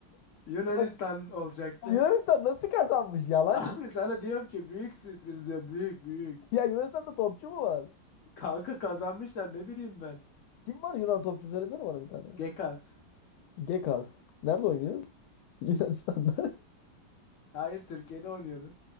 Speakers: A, on the left (about 55°); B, on the left (about 80°).
A: <laughs> Yunanistan
B: Ya,
A: olacaktı.
B: Yunanistan nasıl kazanmış yalan
A: Abi
B: ya.
A: sana diyorum ki büyük sürpriz diyor büyük büyük.
B: Ya Yunanistan'da topçu mu var?
A: Kanka kazanmışlar ne bileyim ben.
B: Kim var Yunan topçu söylesene bana bir tane.
A: Gekas.
B: Gekas. Nerede oynuyor? <laughs> Yunanistan'da.
A: Hayır Türkiye'de oynuyordu.